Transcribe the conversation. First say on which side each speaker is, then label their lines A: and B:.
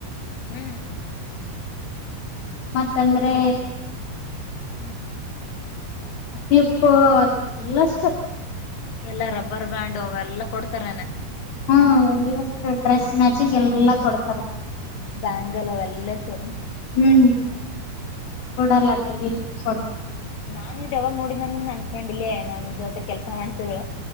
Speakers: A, on the left; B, on the left.
A: ಹ್ಮ್
B: ಮತ್ತಂದ್ರೆ.
A: ಹ್ಮ್
B: ಕ್ಲಿಪ್ಪು ಎಲ್ಲಷ್ಟು.
A: ಎಲ್ಲಾ ರಬ್ಬರ್ ಬ್ಯಾಂಡ್ ಅವೆಲ್ಲಾ ಕೊಡ್ತಾರನಾ.
B: ಹ್ಮ ಎಲ್ಲಷ್ಟ ಡ್ರೆಸ್ ಮ್ಯಾಚಿಂಗ್ ಎಲ್ಲಾ ಕೊಡ್ತಾರ.
A: ಆ್ಯಂಗಲ್ ಅವೆಲ್ಲಾ ಸೊ.
B: ಹ್ಮ್ ಓಡರ್ಲಕ್ಕರಿ ಕೊಡ್ತ.
A: ನಾನ್ ಇದ ಯಾವಾಗ್ ನೋಡಿನಂದ್ರ ನನ್ಸ. ಕಂಡಿಲೆ ನಮ್ಮ ಜೊತೆಕ್. ಕೆಲ್ಸ ಮಾಡ್ತ್